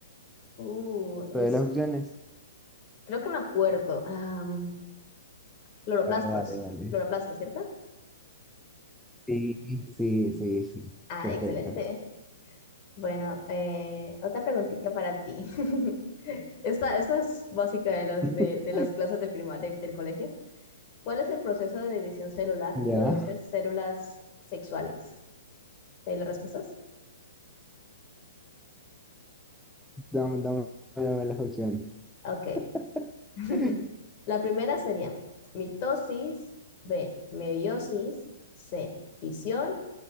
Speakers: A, on the left; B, in the centre.
A: Uh, es,
B: ¿Te doy las opciones?
A: creo que me acuerdo. Am, cloroplastos,
B: A ver, dale, dale.
A: cloroplastos, ¿cierto?
B: Sí, sí, sí, sí.
A: Ah,
B: Perfecto.
A: excelente. Bueno, eh, otra preguntita para ti. <laughs> Esta, esta es básica de, los,
B: <laughs>
A: de, de las clases de prima- de- del colegio. ¿Cuál es el proceso de división celular
B: Ya,
A: que produce células sexuales? ¿Te doy las respuestas?
B: dame, dame, dame las opciones. <laughs>
A: Ok. <laughs> La primera sería mitosis, B, meiosis, C, fisión